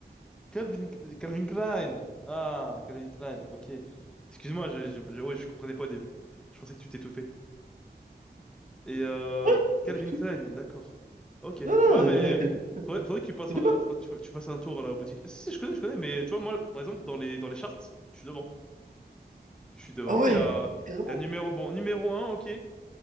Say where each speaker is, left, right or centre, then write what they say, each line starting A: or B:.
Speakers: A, in the centre; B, on the right (about 45°).
A: Calvin, Calvin Klein. Ah, Calvin Klein, ok. Excuse-moi, je, je, je- ouais, je comprenais pas au début. Je pensais que tu t'étouffais. Et euh,
B: Ouais,
A: Calvin
B: pas du tout.
A: Klein, d'accord. Ok.
B: Non,
A: Ouais,
B: non,
A: mais
B: ouais, quelqu'un.
A: faudrait, faudrait que tu passes,
B: Il
A: un-
B: est pas.
A: faudrait que tu fasses un tour à la boutique. Si, si, je connais, je connais, mais tu vois, moi, par exemple, dans les, dans les charts, je suis devant. Je suis devant.
B: Ah ouais,
A: Il y a,
B: carrément.
A: il y a numéro, bon, numéro un, ok.